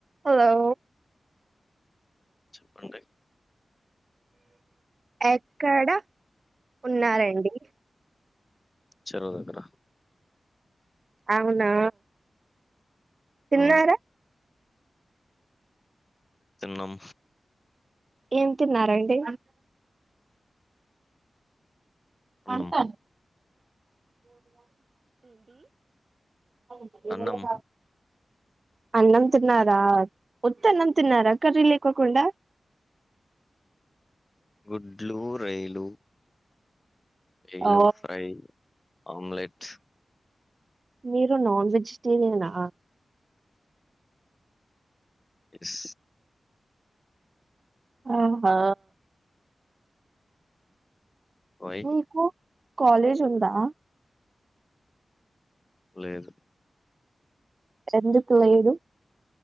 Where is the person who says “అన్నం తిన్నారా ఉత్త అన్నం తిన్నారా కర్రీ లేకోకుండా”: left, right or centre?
Right